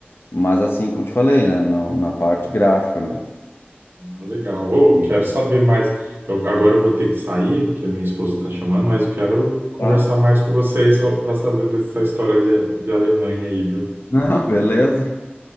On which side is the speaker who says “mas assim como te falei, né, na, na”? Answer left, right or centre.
Left